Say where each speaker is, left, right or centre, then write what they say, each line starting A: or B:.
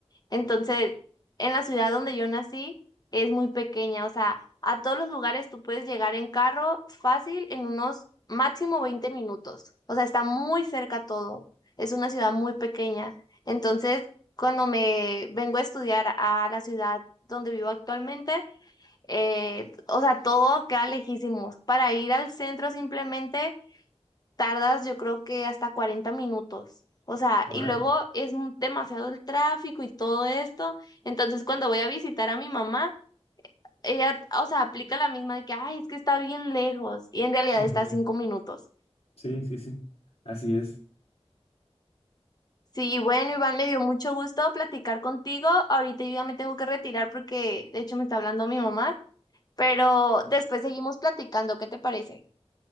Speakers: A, on the left; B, on the left.
A: Entonces, en la ciudad donde yo nací es muy pequeña, o sea, a todos los lugares tú puedes llegar en carro fácil en unos máximo 20 minutos. O sea, está muy cerca todo. Es una ciudad muy pequeña. Entonces, cuando me vengo a estudiar a la ciudad donde vivo actualmente, eh, o sea, todo queda lejísimos. Para ir al centro simplemente tardas yo creo que hasta 40 minutos. O sea, y
B: Órale.
A: luego es mu- demasiado el tráfico y todo esto. Entonces, cuando voy a visitar a mi mamá, ella, o sea, aplica la misma de que, ay, es que está bien lejos. Y en realidad
B: Ujú.
A: está a cinco minutos.
B: Sí, sí, sí, así es.
A: Sí, bueno, Iván, me dio mucho gusto platicar contigo. Ahorita yo ya me tengo que retirar porque, de hecho, me está hablando mi mamá. Pero después seguimos platicando, ¿qué te parece?